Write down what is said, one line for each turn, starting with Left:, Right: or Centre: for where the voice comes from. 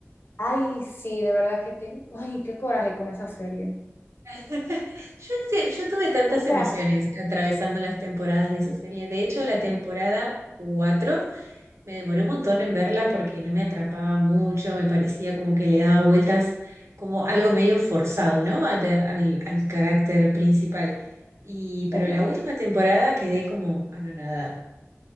Left: Ay, sí, de verdad que tengo, ay, qué coraje con esa serie,
Right: <laughs> Yo, sé- yo tuve tantas
Left: O
Right: emociones
Left: sea,
Right: atravesando las temporadas de esa serie. De hecho, la temporada 4 me demoré un montón en verla porque no me atrapaba mucho, me parecía como que le daba vueltas como algo medio forzado, ¿no? A- de- Al, al carácter principal. Y,
Left: totalmente.
Right: pero la última temporada quedé como anonadada.